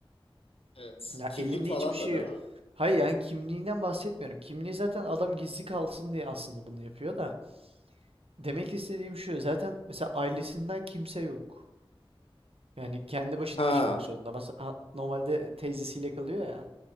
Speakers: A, on the left (about 75°); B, on the right (about 85°).
A: Evet.
B: Ya
A: Kimlik
B: elinde
A: falan
B: hiçbir şey.
A: da değil mi?
B: Hayır yani kimliğinden bahsetmiyorum. Kimliği zaten adam gizli kalsın diye aslında bunu yapıyor da. Demek istediğim şu zaten mesela ailesinden kimse yok. Yani kendi başına
A: Ha,
B: yaşamak zorunda. Mesela ha- normalde teyzesiyle kalıyor ya.